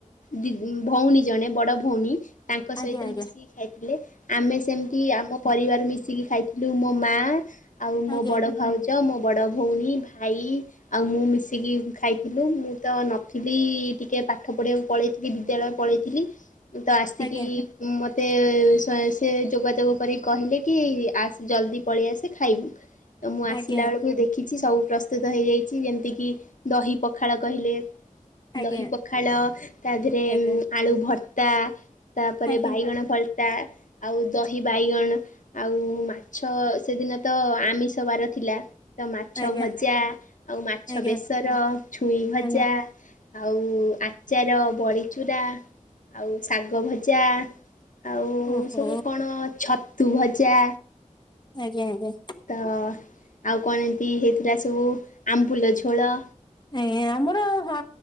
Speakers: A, on the left; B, on the left.
A: ଦି ଉଁ ଭଉଣୀ ଜଣେ ବଡ ଭଉନୀ ତାଙ୍କ ସହିତ
B: ଆଜ୍ଞା ଆଜ୍ଞା
A: ମିଶିକି ଖାଇଥିଲେ ଆମେ ସେମତି ଆମ ପରିବାର ମିଶିକି ଖାଇଥି ଲୁ ମୋ ମା ଆଉ
B: ଆଜ୍ଞା
A: ମୋ ବଡ ଭାଉଜ ମୋ ବଡ ଭଉଣୀ ଭାଇ ଆଉ ମୁଁ ମିଶିକି ଖାଇଥିଲୁ ମୁଁ ତ ନଥିଲି ଟିକେ ପାଠ ପଢିଆକୁ ପଳେଇଥିଲି ବିଦ୍ୟାଳୟ ପଳେଇ ଥିଲି। ମୁଁ ତ ଆସିକି
B: ଆଜ୍ଞା
A: ଉଁ ମତେ ସ ସେ ଯୋଗାଯୋଗ କରିକି କହିଲେ କି ଆସ୍। ଜଲଦି ପଳି ଆସେ ଖାଇବୁ ତ ମୁଁ ଆସିଲା
B: ଆଜ୍ଞା
A: ବେଳୁକୁ ଦେ ଖିଚି ସବୁ ପ୍ରସ୍ତୁତ ହେଇଯାଇଚି ଯେମତିକି ଦହି ପଖାଳ କହିଲେ।
B: ଆଜ୍ଞା
A: ଦହି ପଖାଳ ତାଧେରେ
B: ଆଜ୍ଞା ଆଜ୍ଞା
A: ଉଁ ଆଳୁ ଭର୍ତ୍ତା ତାପରେ
B: ଆଜ୍ଞା
A: ବାଇଗଣ ଭର୍ ତା ଆଉ ଦହି ବାଇଗଣ ଆଉ ମା ଛ ସେଦିନ ତ ଆମିଷବାର ଥିଲା। ତ ମାଛ
B: ଆଜ୍ଞା
A: ଭଜା
B: ଆଜ୍ଞା
A: ଆଉ ମାଛ
B: ଆଜ୍ଞା
A: ବେସର ଛୁଇଁ ଭଜା।
B: ଆଜ୍ଞା
A: ଆଉ ଆଚାର ବଡିଚୁରା ଆଉ ଶାଗ ଭଜା। ଆଉ
B: ଓହୋ
A: ସବୁ କଣ ଛତୁ ଭଜା।
B: ଆଜ୍ଞା ଆଜ୍ଞା।
A: ତ ଆଉ କଁ ଇନ୍ତି ହେଇଥିଲା ସବୁ ଆମ୍ବୁଲ ଝୋଳ।
B: ନାଇଁ ନାଇଁ ଆମର ହଁ